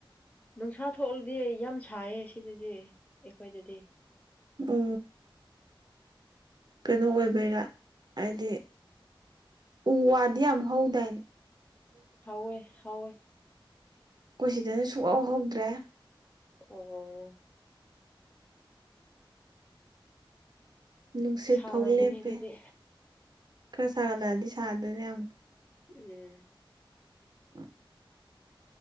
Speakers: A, on the left; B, on the right.
A: ꯅꯨꯡꯁꯥ ꯊꯣꯛꯂꯗꯤ ꯌꯥꯝ ꯁꯥꯏꯌꯦ ꯁꯤꯗꯗꯤ ꯑꯩꯈꯣꯏꯗꯗꯤ
B: ꯎ ꯀꯩꯅꯣ ꯑꯣꯏꯕꯩꯔꯥ ꯍꯥꯏꯗꯤ ꯎ ꯋꯥꯗ꯭ ꯌꯥꯝ ꯑꯃ ꯍꯧꯗꯏꯅ
A: ꯍꯣꯏ ꯍꯣꯏ
B: ꯑꯩꯈꯣꯏ ꯁꯤꯗꯅ ꯁꯨꯛꯍꯥꯎꯍꯧꯗ꯭ꯔꯦ
A: ꯑꯣ
B: ꯅꯨꯡꯁꯤꯠ
A: ꯁꯥꯔꯝꯒꯅꯤ
B: ꯐꯥꯎ ꯂꯦꯞꯄꯦ
A: ꯑꯗꯨꯗꯤ
B: ꯈꯔ ꯁꯥꯒꯠꯂꯛꯑꯗꯤ ꯁꯥꯗꯣꯏꯅꯦ ꯌꯥꯝꯅ
A: ꯎꯝ
B: ꯎ